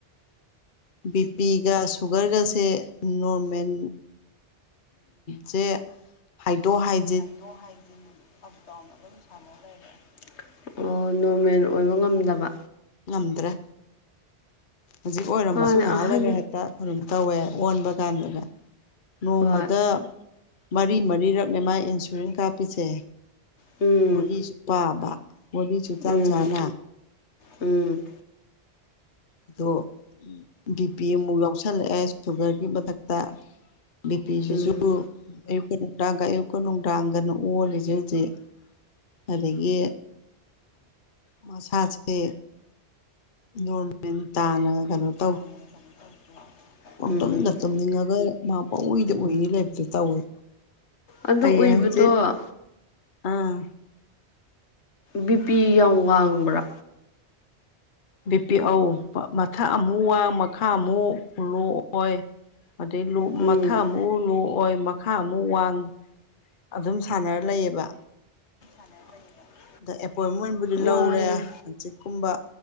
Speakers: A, on the left; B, on the left.
A: ꯕꯤꯄꯤꯒ ꯁꯨꯒꯔꯒꯁꯦ ꯅꯣꯔꯃꯦꯟ ꯖꯦ ꯍꯥꯏꯗꯣꯛ ꯍꯥꯏ
B: ꯍꯥꯏꯗꯣꯛ ꯍꯥꯏꯖꯤꯟ ꯑꯞ ꯗꯥꯎꯟ ꯑꯗꯨꯝ ꯁꯥꯟꯅ ꯂꯩꯔꯦ ꯑꯣ ꯅꯣꯔꯃꯦꯟ ꯑꯣꯏꯕ ꯉꯝꯗꯕ
A: ꯉꯝꯗ꯭ꯔꯦ ꯍꯧꯖꯤꯛ ꯑꯣꯏꯔꯝꯃꯁꯨ
B: ꯃꯥꯅꯦ
A: ꯉꯥꯏꯍꯥꯛ
B: ꯑꯍꯟ
A: ꯂꯩꯔꯒ ꯍꯦꯛꯇ ꯑꯗꯨꯝ ꯇꯧꯋꯦ ꯑꯣꯟꯕ ꯀꯥꯟꯗꯅꯦ ꯅꯣꯡꯃꯗ
B: ꯍꯣꯏ
A: ꯃꯔꯤ ꯃꯔꯤꯔꯛꯅꯦ ꯃꯥꯥꯏ ꯏꯟꯁꯨꯔꯤꯟ ꯀꯥꯞꯄꯤꯁꯦ
B: ꯎꯝ
A: ꯒꯨꯂꯤꯁꯨ ꯄꯥꯕ ꯒꯨꯂꯤꯁꯨ ꯆꯥꯟ
B: ꯎꯝ
A: ꯆꯥꯅ
B: ꯎꯝ
A: ꯑꯗꯣ ꯕꯤ ꯄꯤ ꯑꯃꯨꯛ ꯌꯥꯎꯁꯜꯂꯛꯑꯦ ꯁꯨꯒꯔꯒꯤ ꯃꯊꯛꯇ ꯕꯤꯄꯤꯁꯤꯁꯨ
B: ꯎꯝ
A: ꯑꯌꯨꯛꯀ ꯅꯨꯡꯗꯥꯡꯒ ꯑꯌꯨꯛꯀ ꯅꯨꯡꯗꯥꯡꯒꯅ ꯑꯣꯜꯂꯤꯁꯦ ꯍꯧꯖꯤꯛ ꯑꯗꯒꯤ ꯃꯁꯥꯁꯦ ꯅꯣꯃꯦ ꯇꯅ
B: <unintelligible>
A: ꯀꯣ ꯄꯥꯎꯇꯨꯝꯅ
B: ꯎꯝ
A: ꯇꯨꯝꯅꯤꯡꯉꯒ ꯃꯥ ꯄꯏꯗ ꯎꯔꯤ ꯂꯩꯕꯗ ꯇꯧꯋꯤ
B: ꯑꯗꯨ
A: ꯍꯌꯦ
B: ꯎꯏꯕꯗꯣ
A: ꯍꯪꯆꯤꯠ ꯑꯥ
B: ꯕꯤꯄꯤ ꯌꯥꯝ ꯋꯥꯡꯕ꯭ꯔꯥ
A: ꯕꯤ ꯄꯤ ꯑꯧ ꯃꯊꯛ ꯑꯃꯨꯛ ꯋꯥꯡ ꯃꯈꯥ ꯑꯃꯨꯛ ꯂꯣꯛꯑꯣꯏ ꯑꯗꯩ
B: ꯎꯝ
A: ꯃꯊꯛ ꯑꯃꯨꯛ ꯎ ꯂꯣꯛꯑꯣꯏ ꯃꯈꯥ ꯑꯃꯨꯛ ꯋꯥꯡ ꯑꯗꯨꯝ ꯁꯥꯟꯅꯔ ꯂꯩꯌꯦꯕ
B: <unintelligible>
A: ꯑꯗ ꯑꯦꯄꯣꯏꯟꯃꯦꯟꯕꯨꯗꯤ
B: ꯋꯥꯡ
A: ꯂꯧꯔꯦ ꯍꯥꯡꯆꯤꯛꯀꯨꯝꯕ